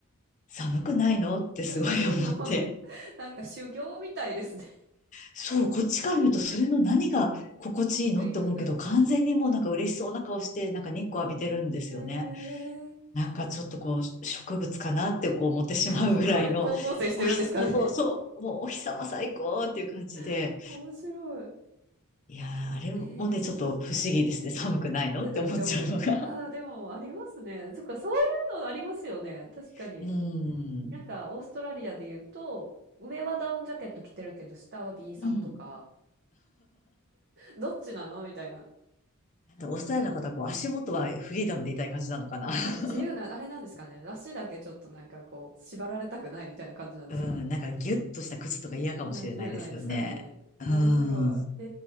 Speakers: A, on the left (about 35°); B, on the right (about 50°).
A: 寒くないのってすごい思って。
B: <laughs> でも違う、もうなんか修行みたいですね。
A: そう、こっちから見るとそれの何が心地いいのって思うけど、
B: え、いったこてあんですよ。
A: 完全にもうなんか嬉しそうな顔して、なんか日光浴びてるんですよね。
B: へえ。
A: なんかちょっとこう、植物かなってこう思ってしまうぐらいの、
B: あ、日光浴、光合成してるんですかね。
A: お日様、もうそう、もうお日様最高っていう感じで、
B: <laughs> 面白い。
A: いやー、あれもね、
B: ええ。
A: ちょっと不思議ですね。<laughs> 寒くないのって思っちゃうのが。
B: え、だってでも、ああ、でもありますね。そっか、そういうのありますよね。確かに。
A: <laughs> うん。
B: なんか、オーストラリアで言うと、上はダウンジャケット着てるけど、下は B さんとか、
A: うん。
B: どっちなのみたいな。
A: なんかオーストラリアの方はこう足元はフリーダムでいたい感じなのかな。
B: あ、
A: <laughs>
B: なんか自由な、あれなんですかね。足だけちょっとなんかこう、縛られたくないみたいな感じなんですかね。
A: うん。なんかギュッとした靴とか嫌かもしれないですよね。
B: なんでやらないんですかね。
A: うん。
B: 面白い。え